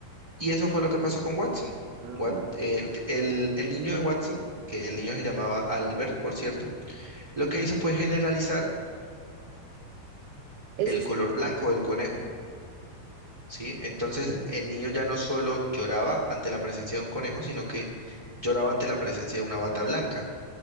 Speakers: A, on the right; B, on the right.
A: Y eso fue lo que pasó con Watson.
B: Ah,
A: Wat-
B: ok.
A: eh, el, el niño de Watson, que el niño se llamaba Albert, por cierto, lo que hizo fue generalizar
B: Ese
A: el color blanco del conejo, ¿sí? Entonces el niño ya no solo lloraba ante la presencia de un conejo, sino que lloraba ante la presencia de una bata blanca,